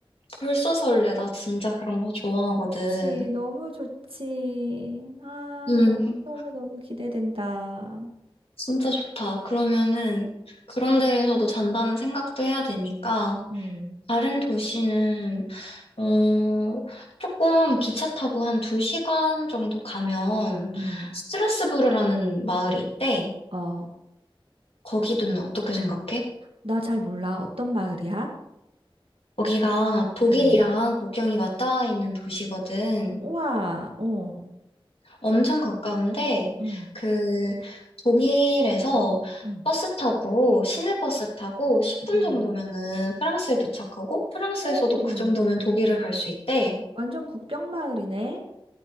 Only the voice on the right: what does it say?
그치, 너무 좋지. 아,
너무너무너무 기대된다.
음,
음.
어,
나 잘 몰라. 어떤 마을이야?
어.
우와, 어.
음,
음,
음.
오,
완전 국경 마을이네.